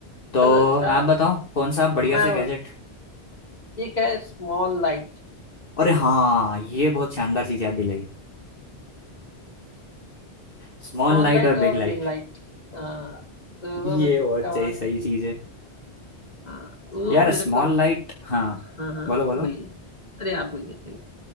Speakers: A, on the left; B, on the left.
A: तो
B: चलो अच्छा
A: आप बताओ कौन सा बढ़िया
B: मैं
A: सा गैजेट
B: एक है स्मॉल लाइट
A: अरे हाँ ये बहुत शानदार चीज याद दिलाई स्मॉल
B: स्मॉल
A: लाइट
B: लाइट
A: और
B: और
A: बिग लाइट
B: बिग लाइट दोनों
A: ये
B: मतलब
A: बहुत
B: कि कमाल
A: सही सही
B: की चीज
A: चीज
B: है
A: है
B: हाँ वो
A: यार
B: मेरे
A: स्मॉल
B: को
A: लाइट हाँ
B: हाँ हाँ
A: बोलो बोलो
B: बोलिए अरे आप बोलिए चलिए